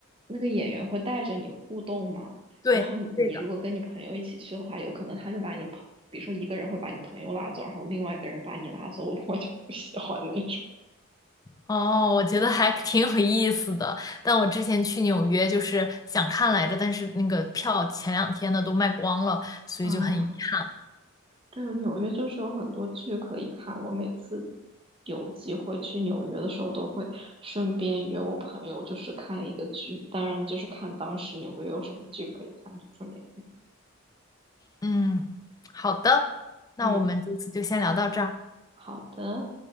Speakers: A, on the right; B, on the left.
A: 那个演员会带着你互动嘛，
B: 对，
A: 然后你你如果跟你朋友一起去的话，
B: 对的。
A: 有可能他就把你朋，比如说一个人会把你朋友拉走，然后另外一个人把你拉走，我我就不喜欢那种。
B: 哦，我觉得还挺有意思的，但我之前去纽约就是想看来着，但是那个票前两天呢都卖光了，所以就很遗憾。
A: 啊。对，纽约就是有很多剧可以看。我每次有机会去纽约的时候，都会顺便约我朋友，就是看一个剧。当然，就是看当时你会有什么剧可以看，就顺便看
B: 嗯，好的，那我们这次就先聊到这儿。
A: 嗯，好的，